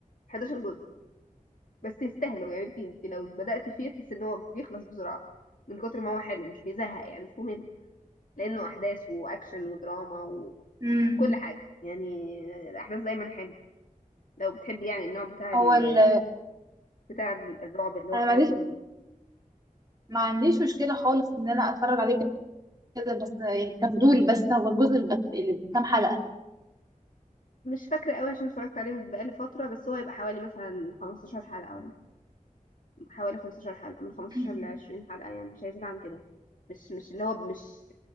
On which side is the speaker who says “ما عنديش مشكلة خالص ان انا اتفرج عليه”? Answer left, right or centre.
Right